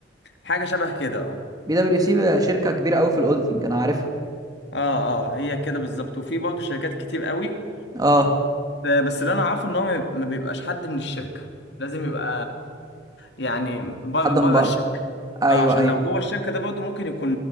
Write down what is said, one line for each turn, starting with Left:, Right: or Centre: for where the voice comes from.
Left: حاجه شبه كده اه
Right: بي دبليو سي شركه كبيره قوي في الاوديتنج انا عارفها
Left: اه اه هي كده بالظبط وفي برضه شركات كتير قوي
Right: اه
Left: ده- بس اللي انا عارفه ان هو ما ما بيبقاش حد من الشركه لازم يبقى يعني بره
Right: حد
Left: بره
Right: من بره
Left: الشركه
Right: ايوه
Left: اه عشان
Right: ايوه
Left: لو جوه الشركه ده برضه ممكن يكون